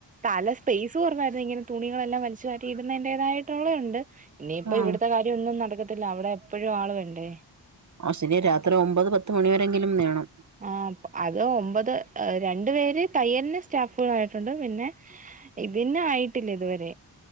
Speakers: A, on the right (about 20°); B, on the right (about 40°).
A: പലസ്‌പെയ്സ്കുറവായിരുന്നു ഇങ്ങനെതുണികളെല്ലാംവലിച്ചുമാറ്റി ഇടുന്നതിന്റേതായിട്ടുള്ളേ ഉണ്ട് ഇനിയിപ്പം
B: ആഹ്
A: ഇവിട്ത്തെകാര്യ ഒന്നും നടക്കത്തില്ല അവ്ടെഎപ്പഴുംആള് വേണ്ടേ
B: ആസിനി രാത്രിഒമ്പത്പത്ത്മണി വരേങ്കിലുംവേണം
A: ആഹ് അത്ഒമ്പത് രണ്ട്പേര്തയ്യൽന് സ്റ്റാഫുകളായിട്ടുണ്ട് പിന്നെ ഇതിന്ന്ആയിട്ടില്ലഇതുവരെ